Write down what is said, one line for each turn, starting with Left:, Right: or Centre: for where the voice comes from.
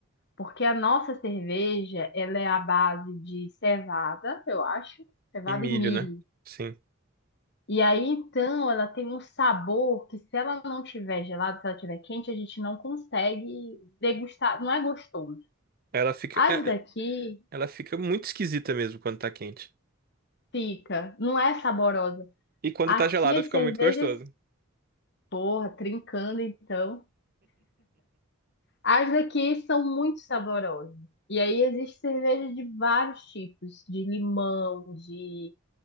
Left: Porque a nossa cerveja, ela é à base de cevada, eu acho, cevada
Right: E milho,
Left: e milho.
Right: né? Sim.
Left: E aí, então, ela tem um sabor que se ela não tiver gelada, se ela tiver quente, a gente não consegue degustar, não é gostoso.
Right: Ela fica,
Left: As
Right: é-
Left: daqui
Right: é- ela fica muito esquisita mesmo quando tá quente.
Left: fica, não é saborosa.
Right: E quando
Left: Aqui
Right: tá gelada
Left: as
Right: fica
Left: cervejas,
Right: muito gostoso.
Left: porra, trincando então. As daqui são muito saborosas. E aí existe cerveja de vários tipos, de limão, de